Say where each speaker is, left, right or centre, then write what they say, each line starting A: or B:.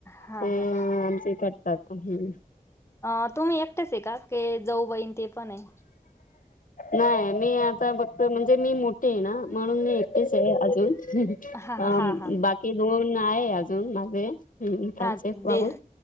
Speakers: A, on the left; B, on the left.
A: हा
B: ते
A: हा
B: आमच इकड <unintelligible>
A: अ तुम्ही एकटेच आहे का, के जाऊ बाई ते पण हे?
B: नाही मी आता बक्त म्हणजे मी मोठ मोठी आहे ना, म्हणून मी एकटिच आहे अजून,
A: हा हा हा
B: बाकी दोन आहे अजून माझे त्यांचे
A: हा
B: भाऊ
A: देर